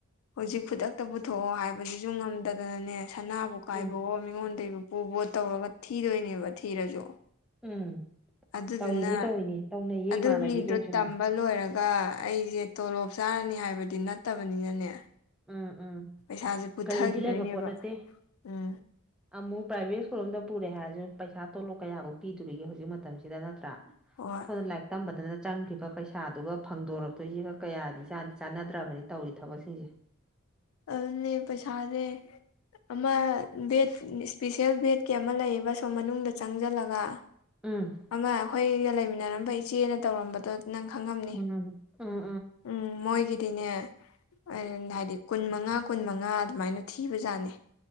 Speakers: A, on the left (about 80°); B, in the centre.
A: ꯍꯧꯖꯤꯛ ꯈꯨꯗꯛꯇ ꯄꯨꯊꯣꯛꯑꯣ ꯍꯥꯏꯕꯖꯤꯖꯨ ꯉꯝꯗꯗꯅꯅꯦ ꯁꯅꯥꯕꯨ ꯀꯥꯏꯕꯑꯣ
B: ꯎꯝ
A: ꯃꯤꯉꯣꯟꯗꯩꯕꯨ ꯄꯨꯕꯑꯣ ꯇꯧꯔꯒ ꯊꯤꯗꯣꯏꯅꯦꯕ ꯊꯤꯔꯖꯨ
B: ꯎꯝ
A: ꯑꯗꯨꯗꯨꯅ
B: ꯇꯧꯏꯅꯤ ꯇꯧꯏꯅꯤ ꯇꯧꯅꯩꯌꯦ
A: ꯑꯗꯨꯒꯤꯗꯣ
B: ꯏꯃꯥꯟꯅꯕꯤꯈꯩꯁꯨꯅꯦ
A: ꯇꯝ ꯕ ꯂꯣꯏꯔꯒ ꯑꯩꯖꯦ ꯇꯣꯂꯣꯞ ꯆꯥꯔꯅꯤ ꯍꯥꯏꯕꯗꯤ ꯅꯠꯇꯕꯅꯤꯅꯅꯦ
B: ꯎꯝ ꯎꯝ
A: ꯄꯩꯁꯥꯁꯦ ꯄꯨꯊꯒꯤꯗꯣꯏꯅꯦꯕ
B: ꯒꯔꯦꯟꯇꯤ ꯂꯩꯕ ꯄꯣꯠ ꯅꯠꯇꯦ
A: ꯎꯝ
B: ꯑꯃꯨꯛ ꯄ꯭ꯔꯥꯏꯚꯦꯠ ꯁ꯭ꯀꯨꯜ ꯑꯝꯗ ꯄꯨꯔꯦ ꯍꯥꯏꯔꯁꯨ ꯄꯩꯁꯥ ꯇꯣꯂꯣꯞ ꯀꯌꯥꯕꯨ ꯄꯤꯗꯣꯔꯤꯒꯦ ꯍꯧꯖꯤꯛ ꯃꯇꯝꯁꯤꯗ ꯅꯠꯇ꯭ꯔꯥ
A: ꯍꯣꯏ
B: ꯁꯣꯟꯗ ꯂꯥꯏꯔꯤꯛ ꯇꯝꯕꯗꯅ ꯆ ꯆꯪ꯭ꯈꯤꯕ ꯄꯩꯁꯥꯗꯨꯒ ꯐꯪꯗꯣꯔꯛꯇꯣꯏꯁꯤꯒ ꯀꯌꯥꯗꯤ ꯆꯥꯟꯗꯤ ꯆꯅꯗ꯭ꯔꯥꯕꯅꯤ ꯇꯧꯔꯤ ꯊꯕꯛꯁꯤꯡꯁꯦ
A: ꯑꯗꯨꯅꯦ ꯄꯩꯁꯥꯁꯦ ꯑꯃ ꯕꯦꯠ ꯏ꯭ꯁꯄꯤꯁꯦꯜ ꯕꯦꯠꯀꯤ ꯑꯃ ꯂꯩꯌꯦꯕ ꯑꯁꯣꯝ ꯃꯅꯨꯡꯗ ꯆꯪꯖꯟꯂꯒ
B: ꯎꯝ
A: ꯑꯃ ꯑꯩꯈꯣꯏꯒ ꯂꯩꯃꯤꯟꯅꯔꯝꯕ ꯏꯆꯦꯅ ꯇꯧꯔꯝꯕꯗꯣ ꯅꯪ ꯈꯪꯉꯝꯅꯤ
B: ꯎꯝ ꯎꯝ
A: ꯎꯝ ꯃꯣꯏꯒꯤꯗꯤꯅꯦ ꯑꯔꯟ <unintelligible> ꯍꯥꯏꯗꯤ ꯀꯨꯟ ꯃꯉꯥ ꯀꯨꯟ ꯃꯉꯥ ꯑꯗꯨꯃꯥꯏꯅ ꯊꯤꯕꯖꯥꯠꯅꯤ